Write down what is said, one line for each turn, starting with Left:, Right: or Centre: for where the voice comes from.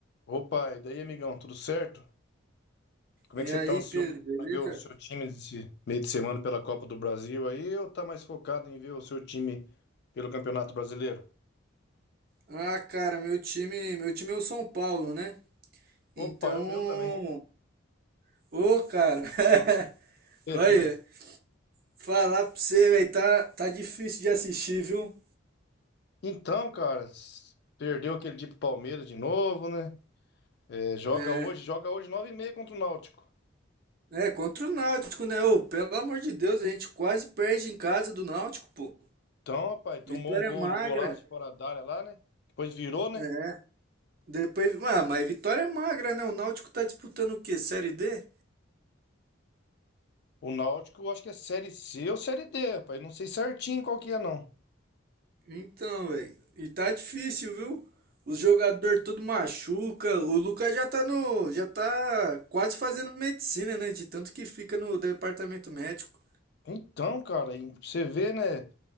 Left: Opa, e daí, amigão, tudo certo? Como
Right: E
Left: é que você
Right: aí,
Left: tá ansioso
Right: Pedro, beleza?
Left: pra ver o seu time esse meio de semana pela Copa do Brasil aí ou tá mais focado em ver o seu time pelo Campeonato Brasileiro?
Right: Ah, cara, meu time, meu time é o São Paulo, né? Então,
Left: Opa, é o meu também.
Right: ô, cara, <laughs>
Left: <laughs>
Right: olha, falar pra você, velho, tá, tá difícil de assistir, viu?
Left: Então, cara, s- perdeu aquele dia pro Palmeiras de novo, né? É, joga
Right: É,
Left: hoje, joga hoje nove e meia contra o Náutico.
Right: é, contra o Náutico, né? Ô, pelo amor de Deus, a gente quase perde em casa do Náutico, pô.
Left: Então, rapaz, tomou
Right: Vitória
Left: um gol,
Right: magra,
Left: um golaço de fora da área lá, né? Depois virou, né?
Right: é. Depois, ah, mas vitória magra, né? O Náutico tá disputando o quê? Série D?
Left: O Náutico, eu acho que é Série C ou Série D, rapaz. Não sei certinho qual que é, não.
Right: Então, velho. E tá difícil, viu? Os jogadores tudo machuca. O Lucas já tá no, já tá quase fazendo medicina, né? De tanto que fica no departamento médico.
Left: Então, cara, e você vê, né?